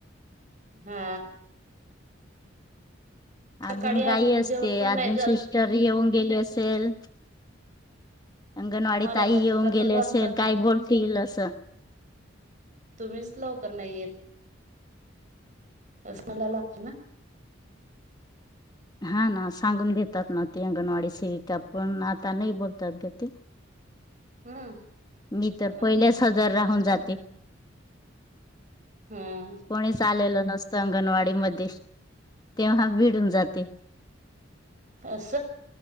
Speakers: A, on the right; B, on the left.
A: हा.
B: अजून
A: सकाळी
B: घाई असते.
A: जेवण पण
B: अजून
A: नाही जात
B: सिस्टर येऊन गेले असेल. अंगणवाडी
A: मला
B: ताई
A: पण
B: येऊन
A: तसच
B: गेले
A: वाटत.
B: असेल काय बोलतील असं
A: तुम्हीच लवकर नाही येत. अस मला लागते ना.
B: हा ना सांगून देतात ना. अंगणवाडी सेविका पण आता नाही बोलतात ग ते. <inaudible>
A: हम्.
B: मी तर
A: आता
B: पहिलेच
A: नाही
B: हजर राहून जाते
A: सांग.. हम्म
B: कोणीच आलेल नसतं अंगणवाडी मध्ये तेव्हा भिडून जाते.
A: अस.